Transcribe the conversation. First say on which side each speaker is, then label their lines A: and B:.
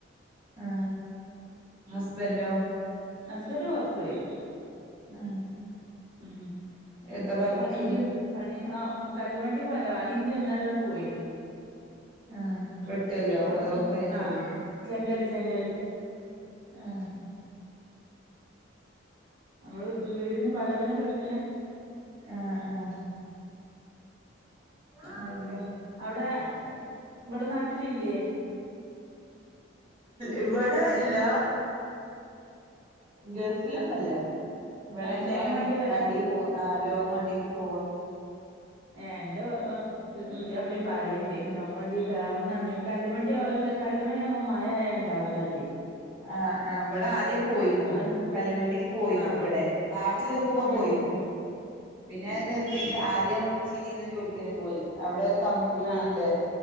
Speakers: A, on the right (about 25°); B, on the right (about 60°).
A: ആ ഹസ്ബൻറോ
B: ഹസ്ബൻഡറ് പുറത്തു പോയി
A: ആഹ്
B: ഉ
A: എന്താ
B: ഒരു
A: വർക്ക്
B: പണിഞ്ഞു പണി ആ കല്ലുവണ്ടി പോവല്ലോ പണി ഇഞ്ഞഞ് ഒന്നാര പോയിന്
A: ആ വെട്ടല്ലോ
B: കൊറച്ച്
A: അതോ കരിങ്ങല്ലോ
B: ആ ചെങ്കല്ല്
A: ആഹ
B: നമ്മള് വീടിന് പടവിനൊക്കെ എടുക്കണേ
A: ആ ആഹ അതെ <unintelligible>
B: അവിടെ ഇവിടെ നാട്ടിലില്ലയേ
A: ഇവിടെ ഇല്ല ഗൾഫിലൊന്നല്ല ഇവിടെന്നെയാണ്
B: ആ ലോങ് പോല
A: വണ്ടി പോ ആ് ലോങ്ങ് വണ്ടിക്ക് പോകും
B: <unintelligible> <inaudible> പറയണ്ട ലോങ്ങ് വണ്ടിയിൽ കേറന്ന് കല്ല്ുവണ്ടി കല്ലുവണ്ടി ആവുമ്പോൾ മഴ ഉണ്ടാവൂല്ല അതെയ്
A: ആ ആ ഇവിടെ ആദ്യം പോയിന്നു
B: അത് നിക്കും
A: കല്ലുവണ്ടിയിൽ പോയിന്നു
B: ആ
A: ഇവിടെ നാട്ടിൽ നിക്കുമ്പോ
B: ഉം
A: പോയിന്നു പിന്നെ അത് നിർത്തിയിട്ട് ആദ്യം ചെയ്തിന്ന് ജോലിക്കന്നെ പോയി അവിടെ കമ്പനി
B: ആ
A: ഇണ്ട്